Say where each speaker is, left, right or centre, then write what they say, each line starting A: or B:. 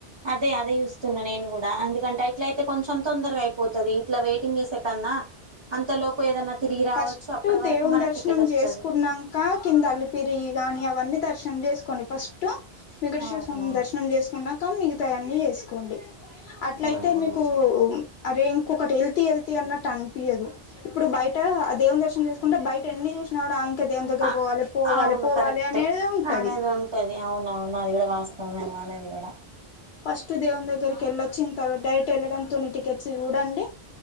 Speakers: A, on the right; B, on the left.
A: అదే అదే చూస్తున్నా నేను కూడా ఎందుకంటే అట్ల అయితే కొంచెం తొందరగా అయిపోతది ఇట్లా వెయిటింగ్ చేసే కన్నా అంతలోపు ఏదన్నా తిరిగి రావచ్చు
B: ఫస్ట్
A: అప్పటి వరకు
B: దేవుని
A: మనకు
B: దర్శనం
A: టికెట్ వస్తది
B: చేసుకున్నాం కా కింద అలిపిరి గాని అవన్నీ దర్శనం చేసుకొని ఫస్ట్ టు వెంకటేశ్వర
A: అవునా
B: స్వామి దర్శనం చేసుకున్నాక మిగతాయన్నీ వేసుకోండి అట్లయితే
A: ఉమ్
B: మీకు అరే ఇంకొకటి హెల్త హెల్త అన్నట్టు అనిపియ్యదు ఇప్పుడు బయట ఆ దేవం దర్శనం చేసుకుంటే బయట ఇ ఎన్ని చూసినా కూడా ఇంకా దేవుని దగ్గర
A: ఆ
B: పోవాలి పోవాలి పోవాలి
A: కరెక్టే
B: అనేది ఉంటది
A: అనేది ది అవున అవును అది కూడా వాస్తాంమే అనేది కూడా
B: ఫస్ట్ దేవుం దగ్గరికి వెళ్ళొచ్చిన తర్వాత డైరెక్ట్ వెళ్ళడంతోని టికెట్స్ చూడండి